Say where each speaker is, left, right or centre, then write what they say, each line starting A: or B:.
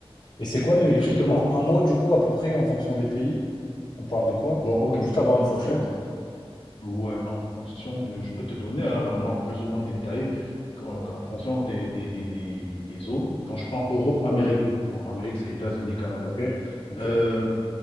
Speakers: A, on the left; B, on the left.
A: c'est quoi le
B: Et
A: prix
B: justement,
A: pour un mot, du coup, à peu près, en fonction des pays? On parle de quoi?
B: bon, ok,
A: Juste avoir une fourchette.
B: ok. En, ouais, en fonction de, je peux te donner hein, vraiment plus ou moins détaillé en, en fonction des, des, des, des- des zones. Quand je prends Europe, Amérique, donc Amérique, c'est États-Unis, Canada.
A: Ok. Ok.
B: Euh,